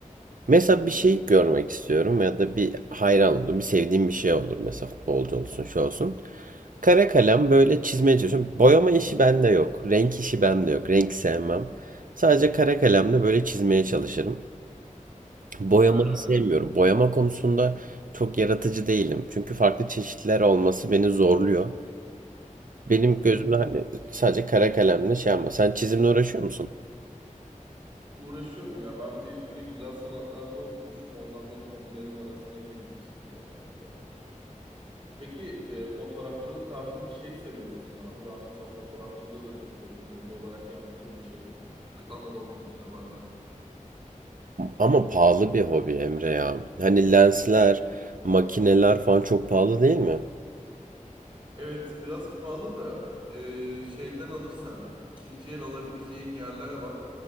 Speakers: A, on the right (about 85°); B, on the right (about 40°).
A: Mesela bir şey görmek istiyorum ya da bir hayran oldum, bir sevdiğim bir şey olur. Mesela futbolcu olsun, şu olsun. Kara kalem böyle çizmeye çalışıyorum. Boyama işi bende yok. Renk işi bende yok. Renk sevmem. Sadece kara kalemle böyle çizmeye çalışırım. Boyamayı
B: Ha.
A: sevmiyorum. Boyama konusunda çok yaratıcı değilim. Çünkü farklı çeşitler olması beni zorluyor. Benim
B: Hı hı.
A: gözümde hani sadece kara kalemle şey ama sen çizimle uğraşıyor musun?
B: Uğraşıyorum ya. Ben bir süre güzel sanatlarda okumuştum. Ondan benim hobilerim arasına girdi çizim yapmak da. Peki e, fotoğrafçılık tarzı bir şey seviyor musun abi? Ben mesela fotoğrafçılığı da çok severim. Hobi olarak yaptığım bir şey. K- Analog makinalarla.
A: Ama pahalı bir hobi Emre ya. Hani lensler, makineler falan çok pahalı değil mi?
B: Evet biraz pahalı da e, şeyden alırsan ikinci el alabileceğin yerler var.